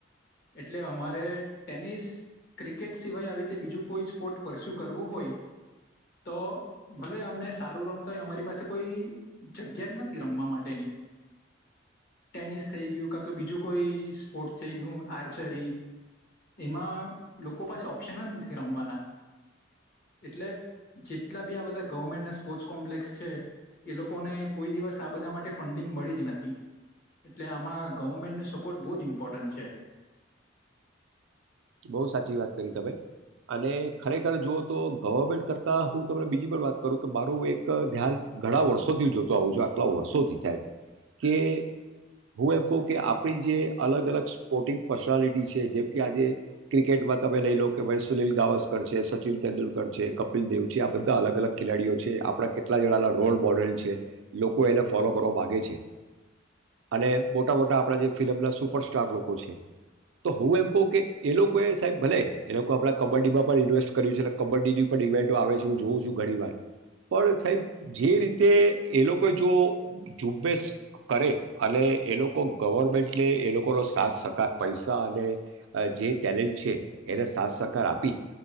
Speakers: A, on the left; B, on the right.
A: એટલે અમારે ટેનિસ ક્રિકેટ સિવાય આવી રીતે બીજું કોઈ સ્પોર્ટ પરસ્યુ કરવું હોય તો ભલે અમને સારું રમતા હોય અમારી પાસે કોઈ જગ્યા જ નથી રમવા માટેની ટેનિસ થઈ ગયું કા તો બીજું કોઈ સ્પોર્ટ થઈ ગયું આર્ચરી એમાં લોકો પાસે ઓપ્શન જ નથી રમવાના એટલે જેટલા બી આ બધા ગવર્મેન્ટના સ્પોર્ટ્સ કોમ્પ્લેક્સ છે એ લોકોને કોઈ દિવસ આ બધા માટે ફંડિંગ મળી જ નથી એટલે આમાં ગવર્મેન્ટનો સપોર્ટ બો જ ઈમ્પોર્ટન્ટ છે.
B: બહુ સાચી વાત કરી તમે અને ખરેખર જોઉં તો ગવર્મેન્ટ કરતાં હું તમને બીજી પણ વાત કરું કે મારું એક ધ્યાન ઘણા વર્ષોથી જોતો આવું છું આટલા વર્ષોથી સાહેબ કે હું એમ કહું કે આપણી જે અલગ અલગ સ્પોર્ટિંગ પર્સનાલિટી છે જેમ કે આજે ક્રિકેટમાં તમે લઈ લો કે ભાઈ સુનિલ ગાવસ્કર છે સચિન તેંદુલકર છે કપિલ દેવ છે આ બધા અલગ અલગ ખેલાડીઓ છે આપણા કેટલા જણાના રોલ મોડેલ છે લોકો એને ફોલો કરવા માગે છે અને મોટા મોટા આપણા જે ફિલમના સુપરસ્ટાર લોકો છે તો હું એમ કહું કે એ લોકોએ સાહેબ ભલે એ લોકો આપણા કબડ્ડીમાં પણ ઇન્વેસ્ટ કર્યું છે એટલે કબડ્ડીની પણ ઇવેન્ટો આવે છે હું જોઉં છું ઘણી વાર પણ સાહેબ જે રીતે એ લોકો જો ઝુંબેશ કરે અને એ લોકો ગવર્મેન્ટને એ લોકોનો સાથ સહકાર પૈસા અને જે ટેલેન્ટ છે એને સાથ સહકાર આપી